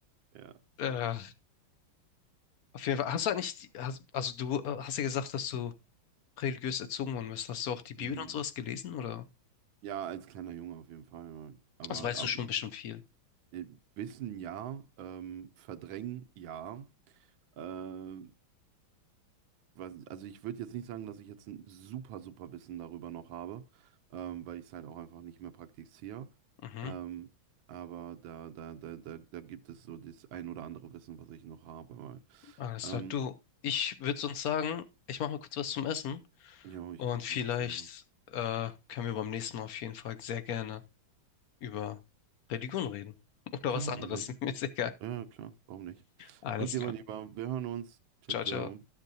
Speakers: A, on the right (about 75°); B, on the left (about 65°).
A: Ja.
B: äh, auf jeden Fall. Hast du eigentlich, die- hast, also du äh, hast ja gesagt, dass du religiös erzogen worden bist. Hast du auch die Bibel
A: Mhm.
B: und sowas gelesen, oder?
A: Ja, als kleiner Junge auf jeden Fall. ja. Aber,
B: Also weißt
A: aber
B: du schon bestimmt viel.
A: äh, Wissen ja, ähm, verdrängen ja. äh, weiß- also ich würde jetzt nicht sagen, dass ich jetzt ein super, super Wissen darüber noch habe, ähm, weil ich es halt auch einfach nicht mehr praktiziere.
B: Mhm.
A: Ähm, aber da, da, da, da, da gibt es so das ein oder andere Wissen, was ich noch habe. Weil,
B: Alles
A: ähm,
B: klar. Du, ich würde sonst sagen, ich mache mal kurz was zum Essen
A: ja, ich
B: und
A: glaube, ich
B: vielleicht
A: mache dasselbe.
B: äh, können wir beim nächsten Mal auf jeden Fall sehr gerne über Religion reden. <laughs> Oder
A: Klar,
B: was anderes.
A: warum nicht?
B: <laughs> Mir ist egal.
A: Ja, klar, warum nicht?
B: Alles
A: Okay,
B: klar.
A: mein Lieber, wir hören uns. Ciao,
B: Jaja
A: ciao.